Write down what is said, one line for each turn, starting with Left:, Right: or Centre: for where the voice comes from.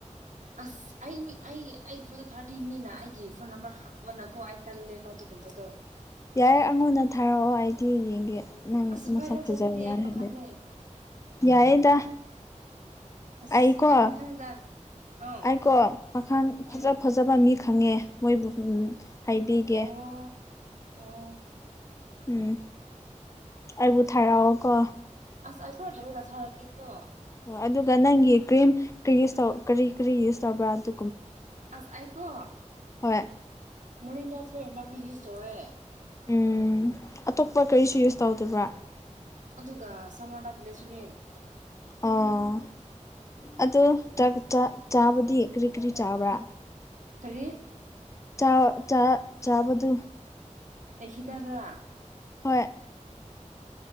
Right: ꯑꯁ ꯑꯩ ꯃꯤ ꯑꯩ ꯑꯩꯒꯤ ꯐꯣꯠꯇꯣ ꯊꯥꯔꯗꯤ ꯃꯤꯅ ꯑꯩꯒꯤ ꯐꯣꯟ ꯅꯝꯕꯔ ꯍꯪꯕꯅꯀꯣ ꯑꯩ ꯇꯜꯂꯦꯕ ꯑꯗꯨꯒ ꯕꯗꯣ
Left: ꯌꯥꯏꯌꯦ ꯑꯩꯉꯣꯟꯗ ꯊꯥꯔꯛꯑꯣ ꯑꯩꯗꯤ ꯌꯦꯡꯒꯦ ꯅꯪ
Right: ꯑꯁ
Left: ꯃꯁꯛ
Right: ꯚꯥꯏꯔꯦꯜ
Left: ꯐꯖꯕ꯭ꯔ
Right: ꯆꯠꯂꯗꯤ ꯑꯩ
Left: ꯍꯥꯏꯕꯗꯣ
Right: ꯄꯥꯈꯠꯂꯦ
Left: ꯌꯥꯏꯌꯦꯗ
Right: ꯑꯁ
Left: ꯑꯩꯀꯣ
Right: ꯑꯩ ꯃꯊꯪꯗ ꯑꯥ
Left: ꯑꯩꯀꯣ ꯄꯥꯈꯪ ꯐꯖ
Right: ꯎꯝ
Left: ꯐꯖꯕ ꯃꯤꯈꯛ ꯈꯪꯉꯦ ꯃꯣꯏꯕꯨ ꯍꯥꯏꯕꯤꯒꯦ
Right: ꯑꯣ ꯑꯣ
Left: ꯎꯝ ꯑꯩꯕꯨ ꯊꯥꯔꯛꯑꯣ ꯀꯣ
Right: ꯑꯁ ꯑꯩ ꯈꯔ ꯂꯩꯔꯒ ꯊꯥꯔꯛꯀꯦꯀꯣ
Left: ꯑꯣ ꯑꯗꯨꯒ ꯅꯪꯒꯤ ꯀ꯭ꯔꯤꯝ ꯀꯔꯤ ꯏꯌꯨꯁ ꯇꯧ ꯀꯔꯤ ꯀꯔꯤ ꯌꯨꯁ ꯇꯧꯕ꯭ꯔꯥ ꯑꯗꯨ
Right: ꯑꯁ ꯑꯩꯀꯣ
Left: ꯍꯣꯏ
Right: ꯃꯣꯔꯅꯤꯡꯗ ꯐꯤꯌꯔ ꯂꯚꯂꯤ ꯌꯨꯁ ꯇꯧꯋꯦ
Left: ꯎꯝ ꯑꯇꯣꯞꯄ ꯀꯔꯤꯁꯨ ꯌꯨꯁ ꯇꯧꯗꯕ꯭ꯔꯥ
Right: ꯑꯗꯨꯒ ꯁꯥꯃꯔꯗ ꯒ꯭ꯂꯦꯁꯔꯤꯟ
Left: ꯑꯣ ꯑꯗꯣ ꯆꯥꯛ ꯆꯥ ꯆꯥꯕ ꯗꯤ ꯀꯔꯤ ꯀꯔꯤ ꯆꯥꯕ꯭ꯔꯥ
Right: ꯀꯔꯤ
Left: ꯆꯥ ꯆꯥ ꯆꯥꯕꯗꯣ
Right: ꯑꯩ ꯍꯤꯗꯥꯛꯔꯥ
Left: ꯍꯣꯏ